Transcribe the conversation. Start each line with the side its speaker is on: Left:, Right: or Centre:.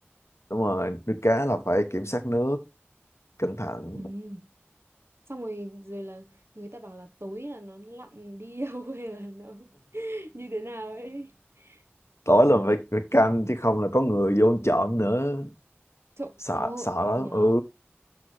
Left: đúng rồi nuôi cá là phải kiểm soát nước cẩn thận
Right: ừ. xong rồi rồi là người ta bảo là tối là nó lặn đi <laughs> đâu hay là nó như thế nào ấy
Left: tối
Right: ôi
Left: là phải phải canh chứ không là có người vô ăn trộm nữa
Right: trộn
Left: sợ
Right: ô
Left: sợ lắm
Right: ừ nhờ
Left: ừ